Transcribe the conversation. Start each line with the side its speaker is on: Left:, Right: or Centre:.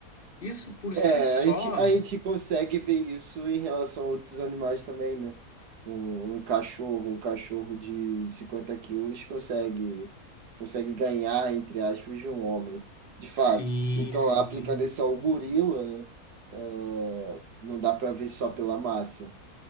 Left: Isso por
Right: É,
Left: si só
Right: a gente, a gente consegue ver isso em relação a outros animais também, né? Um, um cachorro, um cachorro de, 50 quilos consegue, consegue ganhar, entre aspas, de um homem, de fato.
Left: Sim,
Right: Então,
Left: sim,
Right: aplicando isso ao gorila, né? é, não dá para ver só pela massa.